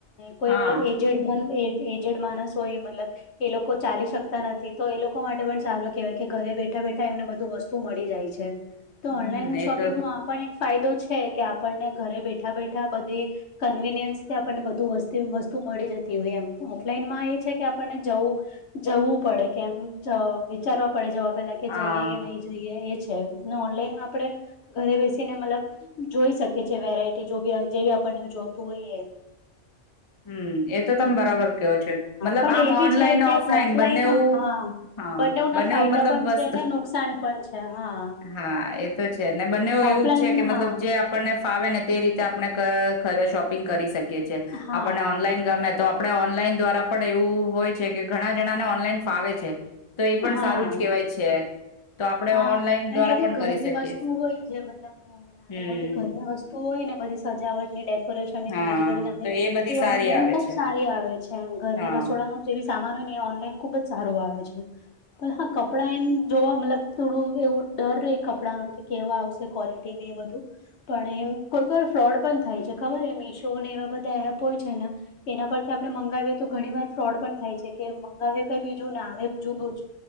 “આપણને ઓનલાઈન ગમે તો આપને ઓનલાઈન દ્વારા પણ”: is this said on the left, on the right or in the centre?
Left